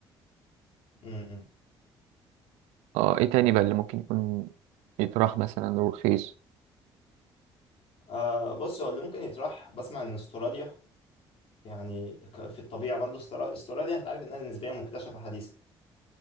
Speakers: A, on the left; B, on the right.
A: امم
B: اه ايه تاني بقى اللي ممكن يكون يتراح مثلا ورخيص
A: آه بص هو اللي ممكن يطرح بسمع ان استراليا يعني ك- في الطبيعه برضو استرا- استراليا انت عارف انها نسبيا مكتشفه حديثا